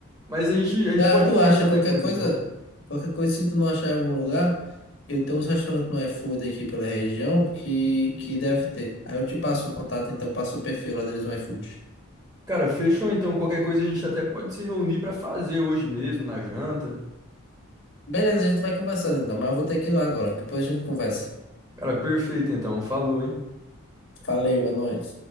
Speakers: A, on the right; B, on the left.
A: Mas a gente, a gente
B: Cara,
A: pode
B: tu
A: conversar
B: acha qualquer
A: depois,
B: coisa,
A: então.
B: qualquer coisa, se tu não achar em algum lugar, eu tenho uns restaurantes no iFood aqui pela região que, que deve ter. Aí eu te passo o contato, então, passo o perfil lá deles no iFood.
A: Cara, fechou então. Qualquer coisa a gente até pode se reunir pra fazer hoje mesmo, na janta.
B: Beleza, a gente vai conversando então, mas eu vou ter que ir lá agora. Depois a gente conversa.
A: Cara, perfeito então. Falou, hein?
B: Valeu, é nóis.